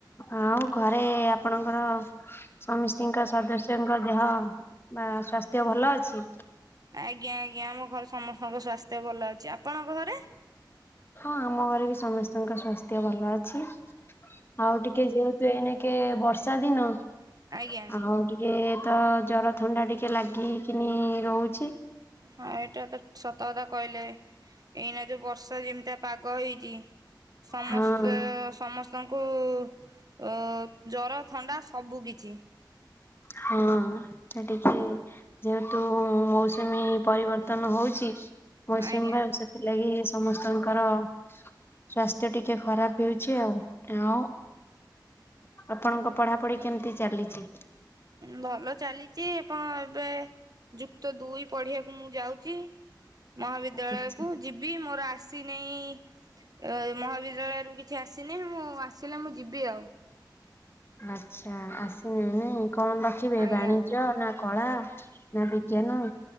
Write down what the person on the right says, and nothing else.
ଆଜ୍ଞା ଆଜ୍ଞା ଆମ ଘରେ ସମସ୍ତଙ୍କ ସ୍ଵାସ୍ଥ୍ୟ ଭଲ ଅଛି। ଆପଣଙ୍କ ଘରେ?
ଆଜ୍ଞା
ହଁ ଏଇଟା ତ ସତ କଥା କହିଲେ। ଏଇନା ଯୋଉ ବର୍ଷା ଯେମିତିଆ ପାଗ ହେଇଛି, ସମସ୍ତ
ସମସ୍ତ ସ୍ତଙ୍କୁ ଅ ଜର ଥଣ୍ଡା ସବୁ କିିଛି।
ଆଜ୍ଞା
ଭଲ ଚାଲିଛି <unintelligible> ଏବେ ଯୁକ୍ତ ଦୁଇ ପଢିଆକୁ ମୁଁ ଯାଉଛି। ମହାବିଦ୍ୟାଳୟକୁ
ଯିବି, ମୋର ଆ ସିନେଇ ମହାବିଦ୍ୟାଳୟରୁ କିଛି ଆସିନେଇ, ମୁଁ ଆସିଲେ ମୁଁ ଯିବି ଆଉ।
ଆଜ୍ଞା।